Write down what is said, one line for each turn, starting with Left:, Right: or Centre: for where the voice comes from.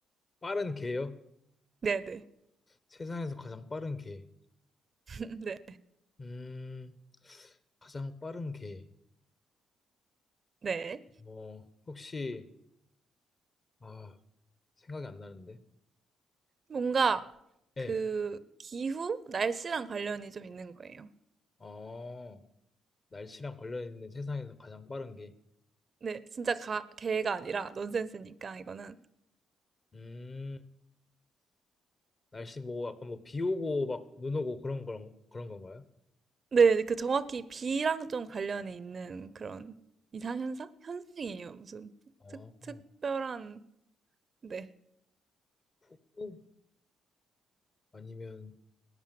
Left: 빠른 개요?
Right: 네네.
Left: 세상에서 가장 빠른 개.
Right: <laughs> 네.
Left: 음, 가장 빠른 개.
Right: 네.
Left: 어, 혹시, 아, 생각이 안 나는데.
Right: 뭔가
Left: 예.
Right: 그 기후? 날씨랑 관련이 좀 있는 거예요.
Left: 어, 날씨랑 관련있는 세상에서 가장 빠른 게,
Right: 네, 진짜 가, 개가 아니라 넌센스니까 이거는.
Left: 음, 날씨 뭐, 약간 뭐, 비 오고 막, 눈 오고 그런, 그런, 그런 건가요?
Right: 네, 그 정확히 비랑 좀 관련이 있는 그런 이상현상? 현상이에요. 무슨
Left: 어,
Right: 특, 특별한, 네.
Left: 폭우? 아니면,